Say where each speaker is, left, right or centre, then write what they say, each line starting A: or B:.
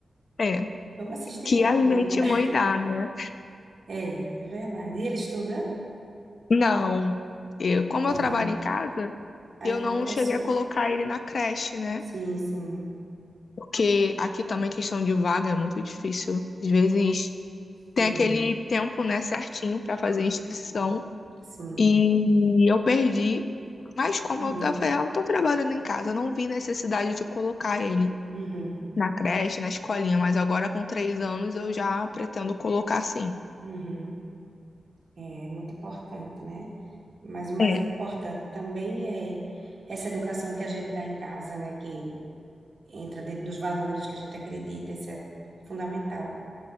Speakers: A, on the left (about 55°); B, on the right (about 45°).
A: É.
B: Vamos assistir
A: Que
B: comida.
A: a gente,
B: <laughs>
A: mãe, dá, né?
B: É, é verdade. E ele estuda?
A: Não. Eu, como
B: Aham.
A: eu trabalho em casa,
B: Aí
A: eu não
B: consome.
A: cheguei a colocar ele na creche, né?
B: Sim, sim.
A: Porque aqui também questão de vaga é muito difícil. Às vezes tem
B: Uhum,
A: aquele tempo, né, certinho para fazer a inscrição
B: sim.
A: e eu perdi. Mas como
B: Uhum,
A: eu, tava eu tô trabalhando em casa, eu não vi necessidade de colocar ele
B: uhum,
A: na creche, na escolinha, mas agora com três anos eu já pretendo colocar sim.
B: uhum. É muito importante, né? Mas o mais
A: É,
B: importante também é essa educação que a gente dá em casa, né? Que entra dentro dos valores que a gente acredita, isso é fundamental.